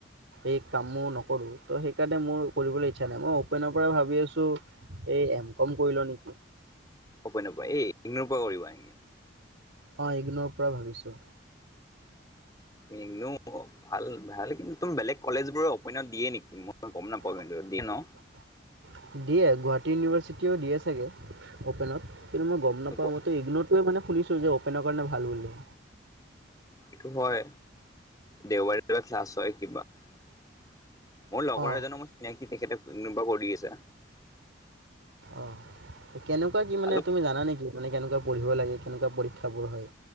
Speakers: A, on the right (about 80°); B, on the left (about 20°).
A: এই কামো নকৰো ত' সেইকাৰণে মোৰ কৰিবলৈ ইচ্ছা নাই মই অপেনৰ পৰা ভাবি আছো এই এম কম কৰিলও নেকি
B: অপেনৰ পাই এই ইগনৰ পৰা কৰিবা নেকি?
A: অহ, ইগনৰ পৰা ভাবিছোঁ।
B: ইগন ভাল -ভাল কিন্তু তুমি বেলেগ কলেজ বোৰ অপেনত দিয়ে নেকি মই গম
A: দিয়
B: নাপাওঁ কিন্তু দিয়ে ন
A: গুৱাহাটী ইউনিভাৰ্চিটি চিটিও দিয়ে চাগৈ অ'পেনত কিন্তু মই গম
B: সেইটো
A: নাপাওঁ মইতো ইগন'টোৱে মানে শুনিছোঁ যে অ'পেনৰ কাৰণে ভাল বুলিলে
B: সেটো হয় দেওবাৰৰ ক্লাছ হয় কিবা <unintelligible> মোৰ লগৰ
A: অঁ
B: এজনো মই চিনাকি তেখেতো <unintelligible> কৰি আছে।
A: অহ, কেনেকুৱা কি মানে
B: অলপ
A: তুমি জানা নেকি মানে কেনেকুৱা পঢ়িব লাগে? কেনেকুৱা পৰীক্ষাবোৰ হয়